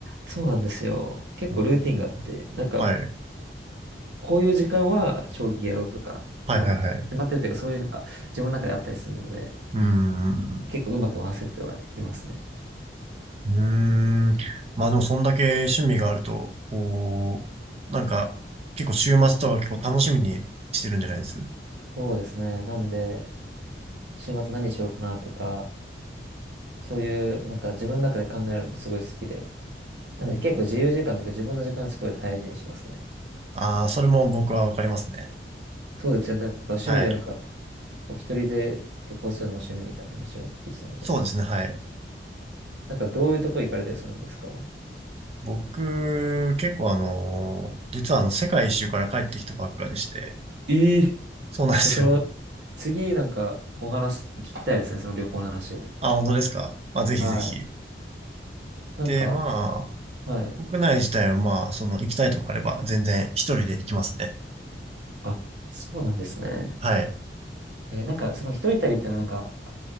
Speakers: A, on the right; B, on the right.
A: そうなんですよ。結構ルーティンがあって、
B: ほうほうほう
A: なんか
B: はい。
A: こういう時間は将棋やろうとか、
B: はいはいはい。
A: 決ま、決まってるというかそういうなんか自分の中であったりするので、
B: うーん。
A: 結構うまく回せてはいますね。
B: うーん。まあでもそんだけ趣味があると、こう、なんか、結構週末とか結構楽しみにしてるんじゃないです
A: そうですね。なんで、週末何しようかなとか、そういう、なんか自分の中で考えるのもすごい好きで、なんで結構自由時間とか自分の時間はすごい大事にしますね。
B: ほうほうああー、それも僕はわかりますね。
A: そうですね。なんか趣味でなんか、
B: はい。
A: お一人で旅行するのが趣味みたいな話をお聞きしたので。
B: そうですね、はい。
A: なんかどういうとこ行かれたりするんですか
B: 僕、結構あのー実はあの、世界一周から帰ってきたばっかでして、
A: ええ
B: そうなんですよ。
A: じゃ、その、次なんかお話聞きたいですね。その旅行の話を。
B: あ、本当ですかまあ、ぜひぜひ。
A: はい。なんか、
B: で、ま
A: はい。
B: 国内自体はまあ、その行きたいとこあれば全然一人で行きますね。
A: あ、そうなんですね。
B: はい。
A: えーなんかその一人旅ってのはなんか、